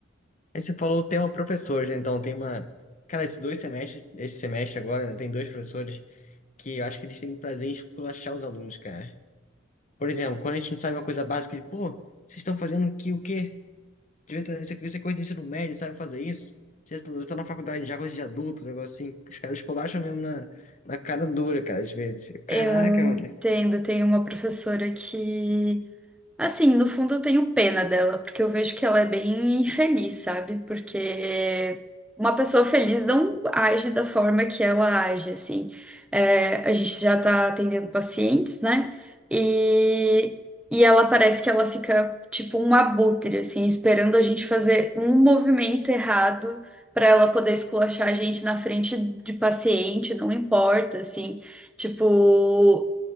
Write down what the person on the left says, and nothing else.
Aí você falou o tema professores, né? Então tem uma. Cara, esses dois semestres, esse semestre agora, né, tem dois professores que eu acho que eles têm prazer em esculachar os alunos, cara. Por exemplo, quando a gente não sabe uma coisa básica, ele, pô, vocês estão fazendo que o quê? Devia ter- Isso aqui isso é coisa de ensino médio, sabe fazer isso? Vocês estão vocês estão na faculdade já, coisa de adulto, um negócio assim. Os caras esculacham mesmo na, na cara dura, cara, às vezes. Caraca,
mano.